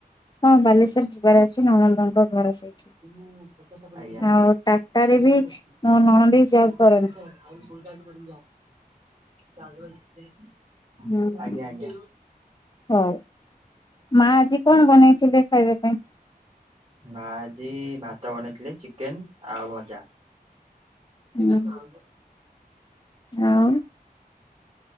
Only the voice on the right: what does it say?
ଆଜ୍ଞା।
ଆଜ୍ଞା।
<inaudible>
ଆଜ୍ଞା ଆଜ୍ଞା।
ମା ଆଜି ଭାତ ବନେଇଥିଲେ ଚିକେନ ଆଉ ଭଜା। <unintelligible>